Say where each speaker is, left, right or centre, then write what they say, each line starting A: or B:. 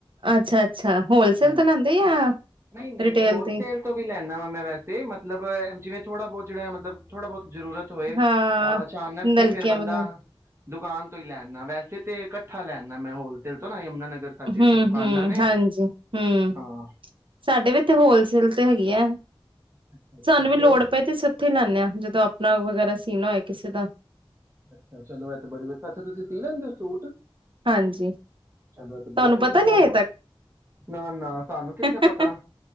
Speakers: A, on the right; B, on the right.
A: ਅੱਛਾ-ਅੱਛਾ, ਹੋਲਸੇਲ
B: ਹਾਂ
A: ਤੋਂ ਲੈਂਦੇ ਜਾਂ
B: ਨਹੀਂ ਨਹੀਂ
A: ਰਿਟੇਲ
B: ਹੋਲਸੇਲ
A: ਤੇ
B: ਤੋਂ ਵੀ ਲੈਣਾ ਵਾ ਮੈਂ ਵੈਸੇ, ਮਤਲਬ ਜਿਵੇਂ ਥੋੜਾ ਬਹੁਤ। ਜਿਹੜਾ ਐ ਮਤਲਬ। ਥੋੜ੍ਹਾ ਬਹੁਤ ਜ਼ਰੂਰਤ ਹੋਏ,
A: ਹਾਂ,
B: ਅਹ ਅਚਾਨਕ ਤੇ
A: ਨਲਕੀਆਂ
B: ਫੇਿਰ ਬੰਦਾ
A: ਵਗੈਰਾ
B: ਦੁਕਾਨ ਤੋਂ ਹੀ ਲੈਆਨਾ, ਵੈਸੇ ਤੇ ਇਕੱਠਾ ਲੈ ਆਨਾ ਮੈਂ ਹੋਲਸੇਲ ਤੋਂ ਨਾ। ਯਮੁਨਾ ਨਗਰ ਸਾਡੇ ਇੱਥੇ
A: ਹਮ
B: ਦੁਕਾਨਾਂ
A: ਹਮ
B: ਨੇ
A: ਹਾਂਜੀ ਹਮ
B: ਹਾਂ
A: ਸਾਡੇ ਵੀ ਇਥੇ ਹੋਲਸੇਲ ਤੇ ਹੈਗੀ ਆ।
B: ਅੱਛਾ ਅੱਛਾ
A: ਸਾਨੂੰ ਵੀ
B: ਹੋਰ
A: ਲੋੜ ਪਏ ਤੇ ਅਸੀਂ ਓਥੋਂ ਹੀ ਲੈਣੇ ਹਾਂ, ਜਦੋਂ ਆਪਣਾ ਵਗੈਰਾ ਪਿੰਨਾ ਹੈ <unintelligible> ਕਿਸੇ ਦਾ।
B: ਅੱਛ ਅੱਛਾ ਚਲੋ ਇਹ ਤਾਂ ਬੜੀ ਵਧੀਆ <unintelligible> ਤੁਸੀਂ ਪੀ ਲੈਂਦੇ ਹੋ। ਸੂਟ।
A: ਹਾਂਜੀ,
B: ਚਲੋ ਐ ਤੇ
A: ਤੁਹਾਨੂੰ
B: ਬਹੁਤ
A: ਪਤਾ
B: ਵਧੀਆ
A: ਨੀ
B: ਗੱਲ,
A: ਹਜੇ
B: ਨਾ ਨਾ ਸਾਨੂੰ
A: ਤੱਕ
B: ਕਿੱਥੇ ਪਤਾ,